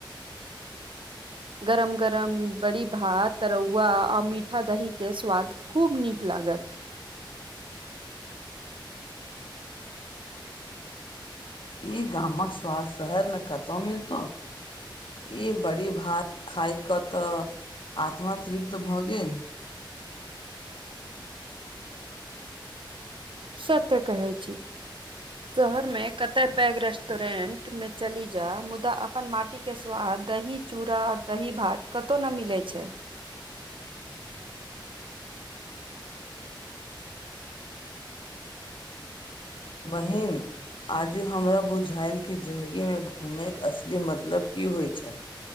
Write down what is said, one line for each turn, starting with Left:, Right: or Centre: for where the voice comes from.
Left: <inaudible>
Right: गरम गरम बड़ी भात तरुआ आर मीठा दही केँ स्वाद खूब नीक लागत
Left: इ गामक स्वाद शहरमे कतौ मिलतौ ई बड़ी भात खाय केँ तऽ आत्मा तृप्त भऽ गेल <inaudible>
Right: सत्य कहै छी शहरमे कतय पैग रेस्टोरेन्टमे चली जा मुदा अप अपन माटिके स्वाद दही चूड़ा और दही भात कतौ नहि मिलै छै
Left: बहिन आजु हमरा बुझायल कि जिन्दगीमे घूमें केँ असली मतलब की होइ छै